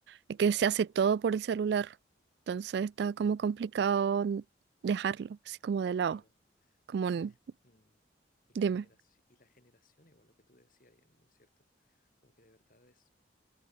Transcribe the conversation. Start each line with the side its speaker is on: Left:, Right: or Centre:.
Right: eh, que se hace todo por el celular, entonces está como complicado n- dejarlo, así como de lado,
Left: claro.
Right: como
Left: Y como
Right: un-
Left: la, g- mm, y la
Right: dime,
Left: generación, y la generación, igual lo que tú decías, y es muy cierto, como que de verdad es,